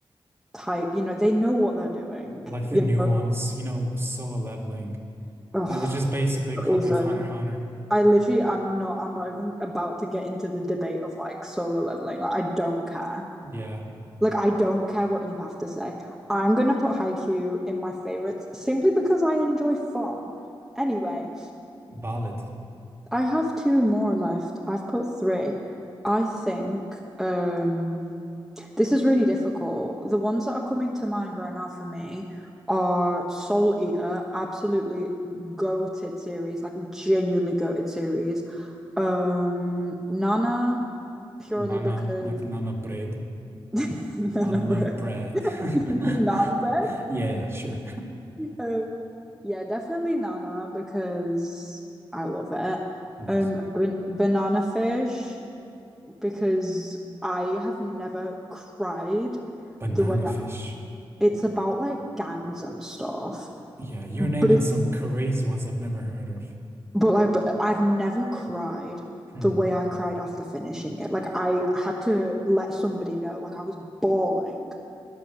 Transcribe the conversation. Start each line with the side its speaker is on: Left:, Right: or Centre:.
Centre: type. You know, they know what they're doing.
Right: like the
Centre: You
Right: new
Centre: know,
Right: ones, you know, Solo Leveling,
Centre: oh,
Right: eh, which is basically a
Centre: not
Right: copy
Centre: even.
Right: of Hunter x Hunter.
Centre: I literally, I'm not. I'm not even about to get into the debate of like solo leveling. Like, I don't care.
Right: Yeah,
Centre: Like, I don't care what you have to say. I'm going to put Haikyuu in my favorites simply because I enjoy fun. Anyway,
Right: Ballad,
Centre: I have two more left. I've put three. I think um, this is really difficult. The ones that are coming to mind right now for me are Soul Eater, absolutely goated series, like genuinely goated series. Um, Nana, purely
Right: Nana,
Centre: because
Right: like Nana Bread.
Centre: <laughs> Nana
Right: I love
Centre: bread,
Right: bread.
Centre: <laughs>
Right: <laughs>
Centre: non bread.
Right: Yeah, yeah, sure.
Centre: Um, Yeah, definitely Nana because I love it.
Right: <laughs> Nice.
Centre: Um, ban- banana fish because I have never cried
Right: Banana
Centre: the way that-
Right: fish.
Centre: it's about like gangs and stuff,
Right: Yeah, you're
Centre: but
Right: naming
Centre: it's
Right: some crazy ones I've never heard of.
Centre: but like but I've never cried
Right: Hmm.
Centre: the way I cried after finishing it. Like I had to let somebody know, like I was bawling